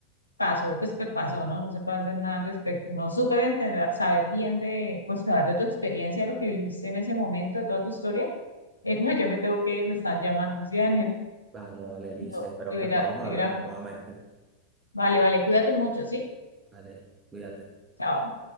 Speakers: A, on the left; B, on the right.
A: pasó, pues, pues, pasó, ¿no? No se puede hacer nada al respecto. Uno súper entenderá, saber bien de, pues, saber de tu experiencia, de lo que viviste en ese momento, de toda tu historia. <laughs> Eh, no, yo me tengo que ir, me están llamando, sí, Daniel.
B: Vale, vale, Elisa,
A: No,
B: espero
A: de verdad,
B: que podamos
A: de
B: hablar
A: verdad.
B: nuevamente.
A: Vale, vale, cuídate mucho, ¿sí?
B: Vale, cuídate.
A: Chao.